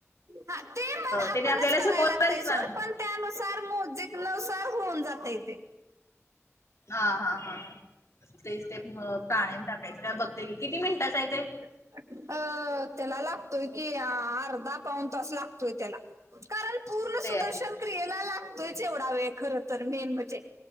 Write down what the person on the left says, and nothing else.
त्याने आपल्याला
शिकवलंच
ना
हा हा हा तेच ते प्राण्याम टाकायचं काय बघते की किती मिनिटाचं आहे ते
ते